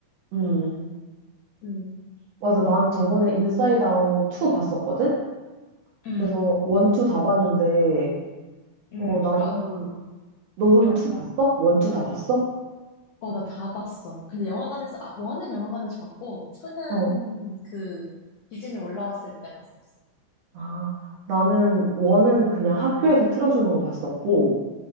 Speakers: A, on the right; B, on the left.
A: 음,
B: 음,
A: 맞아. 난 저번에 인사이드 아웃 2 봤었거든?
B: 응,
A: 그래서 1, 2 다 봤는데,
B: 응,
A: 어, 나는,
B: 아,
A: 너는
B: 맞아.
A: 2 봤어? 1, 2 다 봤어?
B: 어, 나 다 봤어. 근데 영화관에서, 아, 원은 영화관에서 봤고, 투는
A: 어.
B: 그, 디즈니 올라왔을 때 봤었어.
A: 아, 나는 1은 그냥 학교에서 틀어주는 거 봤었고,